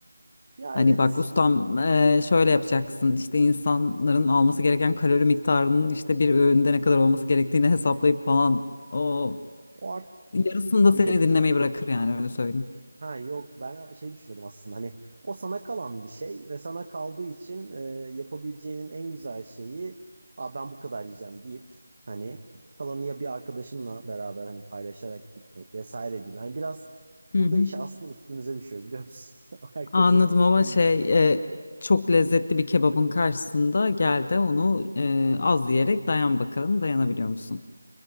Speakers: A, on the right; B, on the left.
A: Ya
B: Hani
A: evet.
B: bak ustam eee, şöyle yapacaksın işte insanların alması gereken kalori miktarının işte bir öğünde ne kadar olması gerektiğini hesaplayıp falan o
A: O artık
B: yarısında seni
A: Şey,
B: dinlemeyi bırakır yani öyle söyleyeyim.
A: Ha yok ben şey düşünüyordum aslında hani o sana kalan bir şey ve sana kaldığı için e, yapabileceğinin en güzel şeyi Aa, ben bu kadar yiyeceğim deyip hani kalanı ya bir arkadaşınla beraber hani paylaşarak gitmek vesaire gibi. Hani biraz burada
B: Hı hı.
A: iş aslında üstümüze düşüyor biliyor musun? <laughs> Herkese
B: Anladım
A: eklemeyeceğim.
B: ama şey eee, çok lezzetli bir kebabın karşısında gel de onu eee, az yiyerek dayan bakalım dayanabiliyor musun?